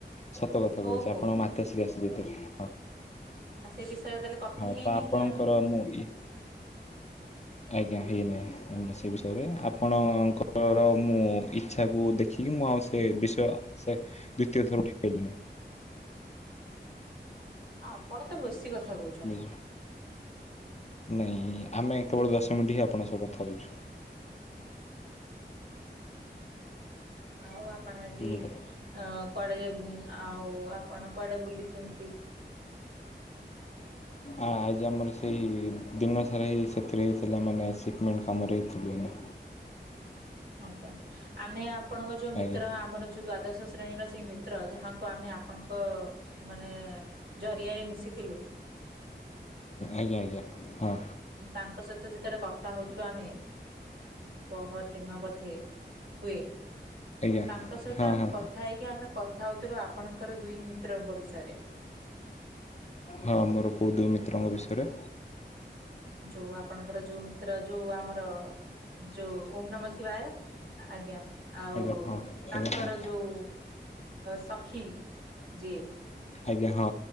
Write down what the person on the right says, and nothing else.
ଓହୋ
ଆଉ ସେ ବିଷୟରେ ତାହେଲେ କଥା
ହେଇନେ
ହିଁ ଆମେ?
<inaudible>
ଆପଣ ତ ବେଶୀ କଥା କହୁଛନ୍ତି।
ଆଉ ଆପଣ ଆଜି
ଅ କୁଆଡେ ଆଉ ଆପଣ କୁଆଡେ ବୁଲିଚନ୍ତି?
ଆଜ୍ଞା। ଆମେ ଆପଣଙ୍କ ଯୋଉ ମିତ୍ର,
ଆମର ଯୋଉ ଦ୍ଵାଦଶ ଶ୍ରେଣୀର ସେଇ ମିତ୍ର ଯାହାକୁ ଆମେ ଆପଣଙ୍କ ମାନେ ଜରିଆରେ ମିଶିଥିଲୁ।
ତାଙ୍କ ସହିତ ଯେତେବେଳେ କଥା ହୋଉଥିଲୁ, ଆମେ ପହର ଦିନ ବୋଧେ ହୁଏ।
ତାଙ୍କ ସହିତ
ଆମେ
କଥା ହେଇକି ଆମେ କଥା ହୋଉଥିଲ ଆପଣଙ୍କର ଦୁଇ ମିତ୍ରଙ୍କ ବିଷୟରେ।
ଯୋଉ ଆପଣଙ୍କର ଯୋଉ ମିତ୍ର ଯୋଉ ଆମର। ଯୋଉ ଓମ୍ ନମ ଶିବାୟ ଆଜ୍ଞା। ଆଉ
ତାଙ୍କର
ଯୋଉ ସଖୀ ଯିଏ।